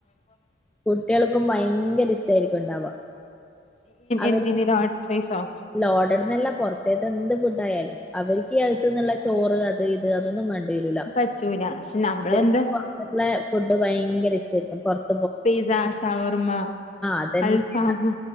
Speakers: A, in the centre; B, on the left (about 35°).
A: കുട്ടികള്ക്കും ഭയങ്കരിഷ്ടായിരിക്കും ഉണ്ടാവ്വാ അവര്ക്ക്
B: എന്തിന് ലോഡ്ഫ്രൈസോ
A: ലോഡഡ്ന്നെല്ലാ പൊറത്ത് തെന്ത് ഫുഡ് ആയാലും അവരിക്കീ അകത്ത്ന്നുള്ള ചോറ് അത് ഇത് അതൊന്നും വേണ്ട ണ്ടിയരൂല
B: പറ്റൂല പക്ഷെ നമ്മളെന്താ
A: ഇവര്ക്കീ പൊറത്ത്ന്ന്ള്ള ഫുഡ് ഭയങ്കര ഇഷ്ടായിരിക്കും പൊറത്ത്
B: പീസ്സാ ഷവർമ്മ
A: അതന്നെ
B: അൽഫാമ്